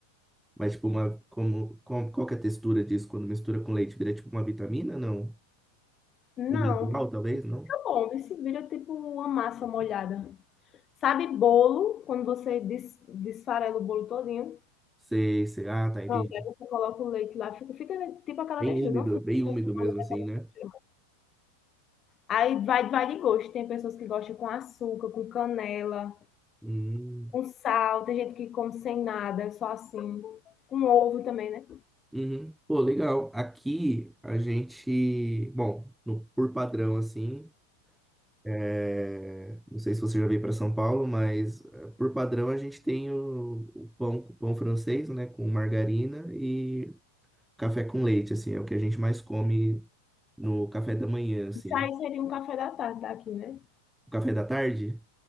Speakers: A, in the centre; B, on the left (about 25°).
A: Mas tipo uma como com, qual que é a textura disso quando mistura com leite? Vira tipo uma vitamina? Não.
B: Não,
A: Um mingau, talvez,
B: fica
A: não?
B: fica bom, Esse se vira tipo uma massa molhada. Sabe bolo, quando você des desfarela o bolo todinho?
A: Sei, sei. Ah, tá, entendi.
B: Pronto, aí você coloca o leite lá, fica fica tipo aquela
A: Bem
B: textura,
A: úmido,
B: não fica
A: bem
B: especificamente
A: úmido mesmo
B: a
A: assim, né?
B: textura. Aí vai vai de gosto, tem pessoas que gostam com açúcar, com canela,
A: Hum.
B: com sal, tem gente que come sem nada, só assim, com ovo também, né.
A: Uhum. Pô, legal. Aqui a gente, bom, no- por padrão assim, É, não sei se você já veio para São Paulo, mas eh, por padrão a gente tem o, o pão, o pão francês, né, com margarina e café com leite, assim, é o que a gente mais come no café da manhã, assim.
B: Isso aí seria um café da tarde daqui, né.
A: O café da tarde?